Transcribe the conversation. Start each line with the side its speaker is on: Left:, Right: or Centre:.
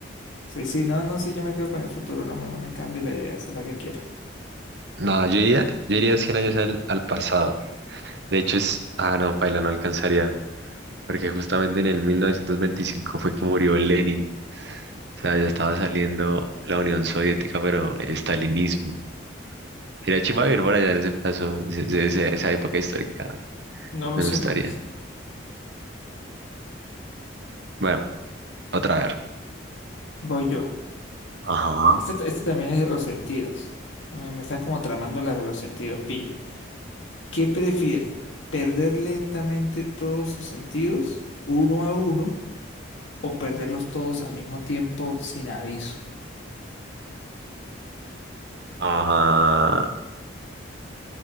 Left: Sí, sí, no, no, sí, yo me quedo con el futuro, no, me- no me cambio la idea, esa es la que quiero.
Right: No, yo iría, yo iría 100 años al, al pasado. De hecho, es. Ah, no, paila, no alcanzaría. Porque justamente en el 1925 fue que murió Lenin. O sea, ya estaba saliendo la Unión Soviética, pero el estalinismo. Sería chimba vivir por allá en ese plazo, ese- ese- ese- esa época histórica.
Left: No lo
Right: Me
Left: sé,
Right: gustaría.
Left: no lo sé.
Right: Bueno, otra vez.
Left: Voy yo.
Right: Ajá.
Left: Este, ta- este también es de los sentidos. Me, me está como tramando las de los sentidos, pille. ¿Qué prefiere? ¿Perder lentamente todos sus sentidos, uno a uno, o perderlos todos al mismo tiempo sin aviso?
Right: Ajá.